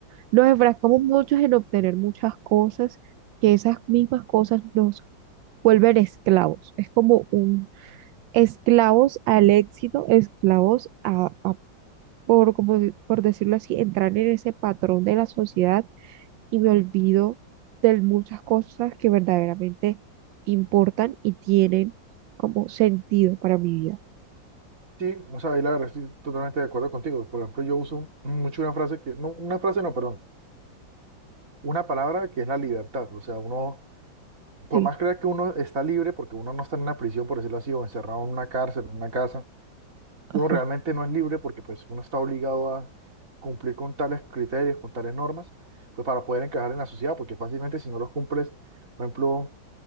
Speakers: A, on the right; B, on the right.
A: Nos enfrascamos muchos en obtener muchas cosas, que esas mismas cosas nos vuelven esclavos. Es como un esclavos al éxito, esclavos a, a por, como, de- por decirlo así, entrar en ese patrón de la sociedad y me olvido de muchas cosas que verdaderamente importan y tienen como sentido para mi vida.
B: Sí, o sea, ahí la verdad estoy totalmente de acuerdo contigo. Por ejemplo, yo uso mucho una frase que, no, una frase no, perdón, una palabra que es la libertad. O sea, uno por
A: Sí,
B: más creer que uno está libre, porque uno no está en una prisión, por decirlo así, o encerrado en una cárcel, en una casa,
A: Ajá.
B: uno realmente no es libre porque pues uno está obligado a cumplir con tales criterios, con tales normas, pues para poder encajar en la sociedad, porque fácilmente si no los cumples, por ejemplo,